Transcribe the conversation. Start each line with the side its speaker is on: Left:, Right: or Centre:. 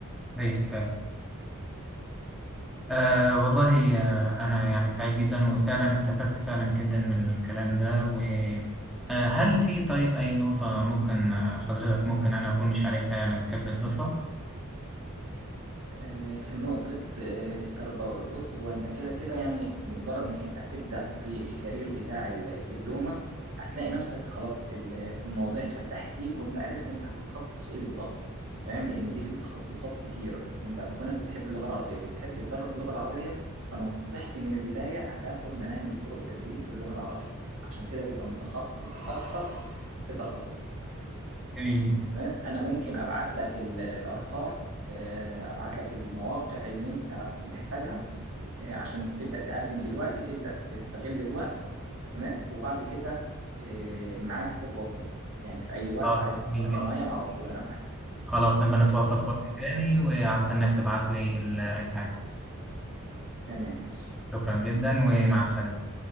Centre: طيب فعلا آه والله آه أنا يعني سعيد جدا وفعلا استفدت فعلا جدا من الكلام ده و آه، هل في طيب أي نقطة ممكن آه، حضرتك ممكن أنا أكون مش عارفها يعني وتحب تضيفها؟
Right: آه، في نقطة آه، التربوي بص هو أنت كده كده يعني بمجرد إنك أنت هتبدأ في الكارير بتاع ال- الدبلومة هتلاقي نفسك خلاص ال- المواضيع اتفتحت ليك وأنت عرفت أنت هتتخصص في إيه بالظبط تمام لأن دي في تخصصات كتير بس أنت كونك بتحب اللغة العربية وبتحب تدرس اللغة العربية فنصيحتي من البداية هتاخد مناهج وطرق تدريس اللغة العربية عشان كده تبقى متخصص أكتر في تخصص
Centre: جميل
Right: تمام انا ممكن ابعت لك ال- الارقام آه، ابعت لك المواقع اللي انت محتاجها آه، عشان تبدا تقدم دلوقتي تبدا تستغل الوقت تمام وبعد كده آه، معاك خطوه بخطوه يعني في اي وقت
Centre: آه
Right: عايز تتواصل
Centre: جميل جدا
Right: معايا على طول انا معاك
Centre: خلاص نبقى نتواصل في وقت تاني وهستناك تبعت لي ال- الحاجة
Right: تمام ماشي
Centre: شكرا جدا ومع السلامة